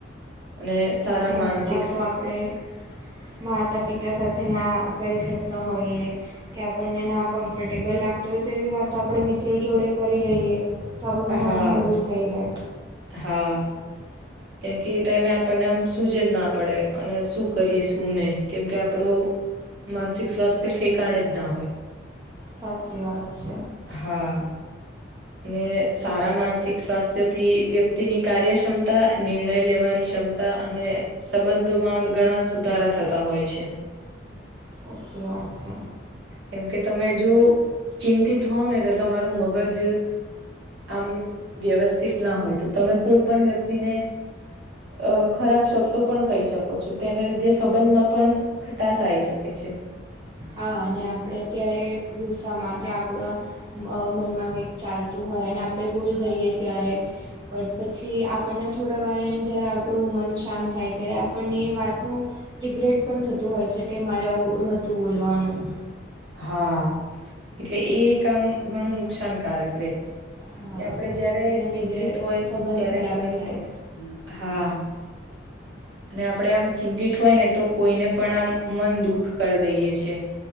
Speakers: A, on the right; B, on the right.
A: અને સારા
B: અમુક
A: માનસિક
B: વાતો, આપણે માતા, પિતા સાથેના કરી શકતા હોઈએ, કે આપણને ના કમ્ફર્ટેબલ લાગતો હોય, તેવી વાત આપણા મિત્રો જોડે કરી લઈએ, તો આપણું
A: હા
B: મન હળવું થઈ, જાય
A: હા. કેમકે એ ટાઈમે આપણને આમ શુંજ જ, ના પડે અને શું કરીએ, શું નહીિ, કેમ કે આપણું માનસિક સ્વાસ્થ્ય ઠેકણે, જ ના હોય
B: સાચી, વાત છે.
A: હા અને સારા માનસિક સ્વાસ્થ્ય, થી વ્યક્તિની કાર્યક્ષમતા નિર્ણય લેવાની સમતા, અને સંબંધોમાંમ ઘણા સુધારા થતા. હોય છે,
B: સાચી વાત છે
A: કેમ કે તમે જો. ચિંતિત હોવ, ને તો તમારું મગજ. આમ વ્યવસ્થિતના હોય, તો તમે કોઈ પણ વ્યક્તિને અ ખરાબ શબ્દો પણ કહી શકો છો, તેના લીધે સંબંધમાં પણ ખટશ આવી શકે છે. છે.
B: હા, અને આપણે અત્યારે ગુસ્સામાં કે આપણા મનમાં કંઈક ચાલતું હોય, અને આપણે બોલ દઈએ, ત્યારે બટ પછી, આપણને થોડા, વાર જ્યારે આપણું મન શાંત થાય, ત્યારે આપણને એ વાતનું રિગ્રેટ પણ થતું હોય છે, કે મારે આવું નહોતું બોલવાનું
A: હા, એટલે એ કામ ઘણું, નુકસાનકારક રે
B: હા
A: કે આપડે જયારે
B: એના
A: ચિંતિત
B: લીધે
A: હોય,
B: સંબંધ
A: ત્યારે
B: ખરાબ
A: કોઈનું
B: થાય
A: પણ હા <unintelligible> અને આપણે આમ ચિંતિત હોય, ને તો કોઈને પણ આમ મન દુઃખ કરી દઈએ છે.